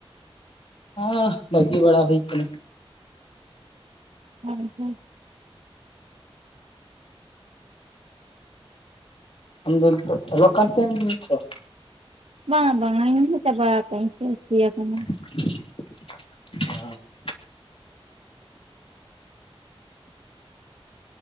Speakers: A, on the left; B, on the right.
A: ᱦᱚᱸ ᱵᱟᱜᱤ ᱵᱟᱲᱟ ᱦᱩᱭ ᱠᱟᱱᱟ ᱾
B: <unintelligible>
A: ᱟᱢᱫᱚ ᱱᱤᱛᱚᱜ ᱚᱞᱚᱜ ᱠᱟᱱᱛᱮ ᱜᱮ ᱱᱤᱛ ᱦᱚᱸ?
B: ᱵᱟᱝᱟ ᱵᱟᱝᱟ ᱤᱧ ᱦᱚᱸ ᱪᱟᱵᱟ ᱟᱠᱟᱜ-ᱟᱻᱧ ᱥᱮ ᱦᱩᱭ ᱟᱠᱟᱱᱟ ᱾
A: <inaudible> <unintelligible>